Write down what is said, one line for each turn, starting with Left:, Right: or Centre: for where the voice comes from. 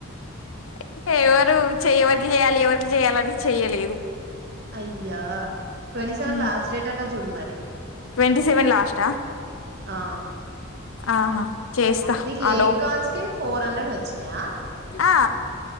Left: ఇంకా ఎవరు చెయ్యగివ్వాలి ఎవరికి చేయ్యాలి అంటే చేయాలని చెయ్యలేదు
Right: అయ్యా ట్వంటీ సెవెన్
Left: మ్మ్
Right: లాస్ట్ డేట్ అట చూడు మరి
Left: ట్వంటీ సెవెన్ లాస్టా
Right: ఆ
Left: ఆహా చేస్తా
Right: నీకు
Left: ఆలో
Right: ఎయిట్ కాల్స్ కే ఫోర్ హండ్రెడ్ వచ్చినాయా
Left: ఆ